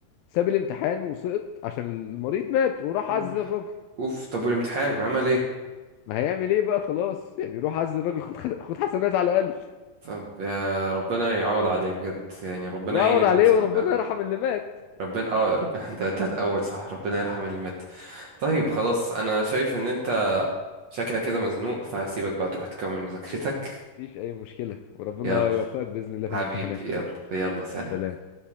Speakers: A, on the left; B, on the right.
A: ساب الامتحان وسقط عشان المريض مات وراح
B: اوف
A: عزى الراجل
B: اوف طب والامتحان عمل ايه
A: ما هيعمل ايه بقى خلاص يعني روح عزى الراجل خد خد حسنات على الاقل
B: طب يا ربنا يعوض عليه بجد يعني ربنا
A: بقعد
B: يعين الناس
A: عليه وربنا
B: كلها
A: يرحم اللي مات
B: ربنا اه ربنا <laughs> ده ده الاول صح ربنا يرحم اللي مات طيب
A: بالظبط
B: خلاص انا شايف ان انت شكلك كده مزنوق فهسيبك بقى تروح تكمل مذاكرتك
A: مفيش اي مشكلة وربنا
B: يلا
A: يوفقك بإذن الله في
B: حبيبي
A: الامتحانات
B: يلا يلا سلام
A: سلام